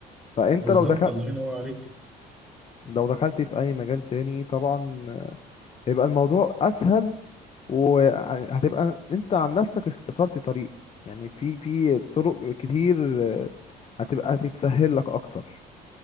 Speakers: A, on the left; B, in the centre.
A: فانت
B: بالظبط
A: لو دخلت
B: الله ينور عليك
A: لو دخلت في اي مجال تاني طبعا هيبقى الموضوع اسهل وهتبقى انت عن نفسك اختصرت طريق يعني في في طرق كتير آه، هتبقى هتتسهل لك اكتر